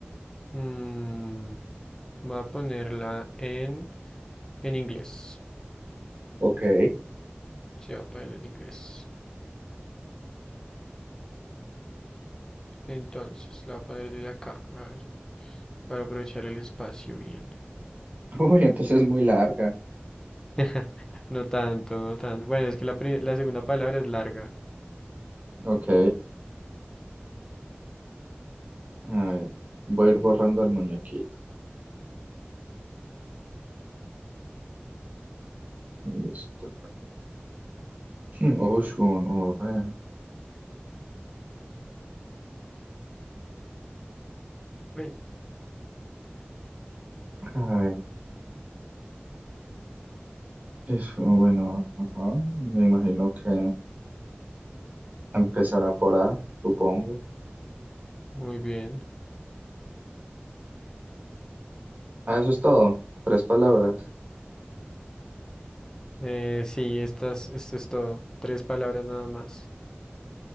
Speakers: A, on the left (about 15°); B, on the right (about 45°).
A: Mm, voy a ponerla en, en inglés.
B: Ok. <laughs>
A: Sí, voy a poner en inglés. Entonces, la voy a poner desde acá. A ver, para aprovechar el espacio bien.
B: Uy, entonces es muy larga.
A: <laughs> No tanto, no tanto. Bueno, es que la, pri- la segunda palabra es larga.
B: Ok. A ver. Voy a ir borrando al muñequito. Listo. Hmm, Ocean o Red.
A: Ay,
B: A ver, es bueno, ajá. Me imagino que empezará por A, supongo.
A: muy bien.
B: Ah, eso es todo. Tres palabras,
A: Eh, sí, estas, esto es todo. Tres palabras nada más.